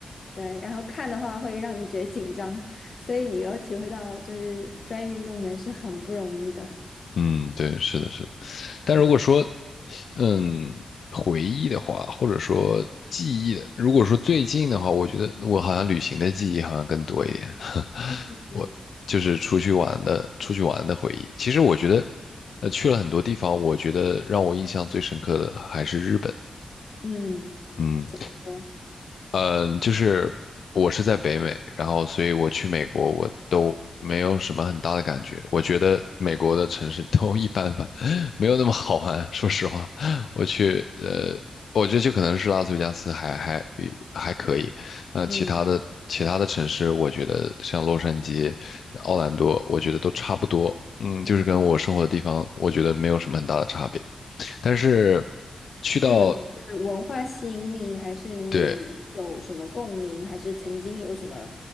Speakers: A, on the left; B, on the left.
A: 对，然后看的话会让你觉得紧张，所以你要体会到就是专业运动员是很不容易的。
B: 嗯，对，是的，是的。但如果说，
A: 嗯
B: 嗯，回忆的话，或者说记忆的，如果说最近的话，我觉得我好像旅行的记忆好像更多一点。<laughs>
A: 嗯
B: 我就是出去玩的，出去玩的回忆。其实我觉得，呃，去了很多地方，我觉得让我印象最深刻的还是日本。
A: 嗯
B: 嗯。
A: 我
B: 嗯，就是我是在北美，然后所以我去美国我都没有什么很大的感觉。我觉得美国的城市都一般般，<laughs> 没有那么好玩。说实话，我去呃，我觉得就可能是拉斯维加斯还还还可以，呃，
A: 嗯。
B: 其他的其他的城市，我觉得像洛杉矶、奥兰多，我觉得都差不多。嗯，就是跟我生活的地方，
A: 嗯
B: 我觉得没有什么很大的差别。但是去到
A: 日本是文化吸引力，还是你有什么共鸣，
B: 对
A: 还是曾经有什么，